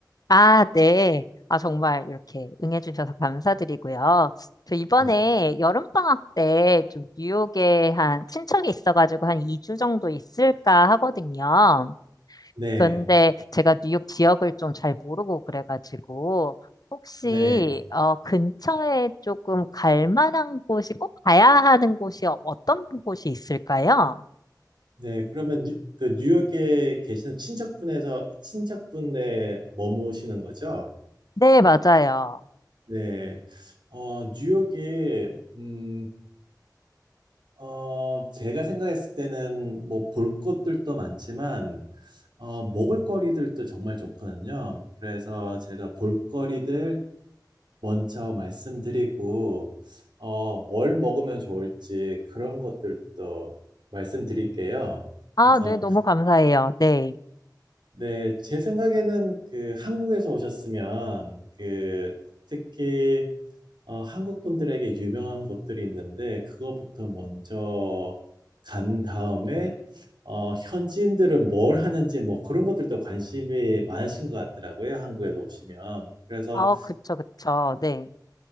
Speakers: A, on the left (about 60°); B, on the right (about 85°).
A: 아, 네. 아, 정말 이렇게 응해주셔서 감사드리고요. 저 이번에
B: 네.
A: 여름방학 때 좀 뉴욕에 한 친척이 있어가지고 한 2주 정도 있을까 하거든요.
B: 네.
A: 근데 제가 뉴욕 지역을 좀 잘 모르고 그래가지고 혹시
B: 네.
A: 어, 근처에 조금 갈 만한 곳이 꼭 가야 하는 곳이 어- 어떤 곳이 있을까요?
B: 네. 그러면 뉴 그 뉴욕에 계시는 친척분에서 친척분에 머무시는 거죠?
A: 네, 맞아요.
B: 네. 어 뉴욕이 음 어 제가 생각했을 때는 뭐 볼 것들도 많지만 어 먹을거리들도 정말 좋거든요. 그래서 제가 볼거리들 먼저 말씀드리고, 어, 뭘 먹으면 좋을지 그런 것들도 말씀드릴게요.
A: 아,
B: 그래서,
A: 네, 너무 감사해요. 네.
B: 네, 제 생각에는 그 한국에서 오셨으면 그 특히 어, 한국 분들에게 유명한 곳들이 있는데 그거부터 먼저 간 다음에 어, 현지인들은 뭘 하는지 뭐 그런 것들도 관심이 많으신 것 같더라고요. 한국에서 오시면. 그래서
A: 아, 그쵸, 그쵸. 네.